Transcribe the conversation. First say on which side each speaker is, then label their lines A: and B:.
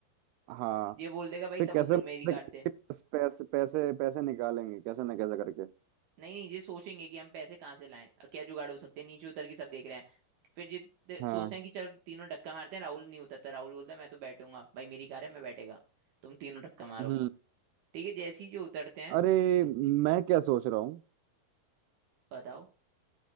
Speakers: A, on the right; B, on the right.
A: हाँ
B: ये बोल देगा भाई
A: फिर
B: सब
A: कैसे
B: उतरो
A: न
B: मेरी कार
A: कैसे करके
B: से
A: पैस- पैसे पैसे पैसे निकालेंगे कैसे ना कैसे करके
B: नहीं नहीं ये सोचेंगे कि हम पैसे कहाँ से लाएं क्या जुगाड़ हो सकते हैं नीचे उतर के सब देख रहे हैं फिर ये दे-
A: हाँ
B: सोचते हैं कि चल तीनों धक्का मारते हैं राहुल नहीं उतरता राहुल बोलता है मैं तो बैठूंगा भाई मेरी कार है मैं बैठेगा तुम तीनों धक्का मारो
A: हम्म
B: ठीक है जैसे ही जो उतरते हैं
A: अरे मैं क्या सोच रहा हूँ
B: बताओ